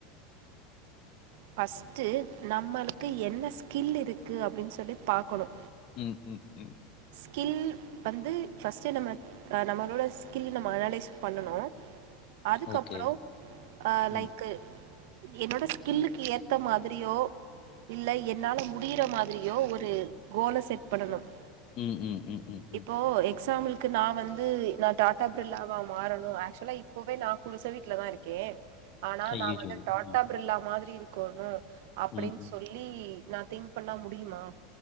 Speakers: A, on the right; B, on the left.
A: ஃபஸ்ட்டு நம்மள்க்கு என்ன ஸ்கில் இருக்கு அப்டின்னு சொல்லி பாக்கணு
B: ம் ம் ம்
A: ஸ்கில் வந்து ஃபர்ஸ்ட்டு நம்ம நம்மளோட ஸ் கில் நம்ம அனலைஸ் பண்ணனு அதுக்கப்றோ
B: ஓகே.
A: அ லைக்கு
B: ம்.
A: என்னோட ஸ்கில்லுக்கு ஏத்த மாதிரியோ இல்ல என்னால முடியுற மாதிரியோ ஒரு கோல செட் பண்ணனும்
B: ம் ம் ம் ம்.
A: இப்போ
B: ம்.
A: எக்ஸாம்பிளுக்கு நா வந்து நா டாட் டா பிர்லாவா மாறணு ஆக்சுவலா இப்பவே நா குடுச வீட்ல தா இருக்கே ஆனா
B: ஐய்யய்யோ!
A: நா வந்து டாட்டா
B: ம்.
A: பிர்ல்லா மாதிரி இருக்கோணு அப்டின்னு
B: ம். ம்.
A: சொல் லி நா திங்க் பண்ணா முடியுமா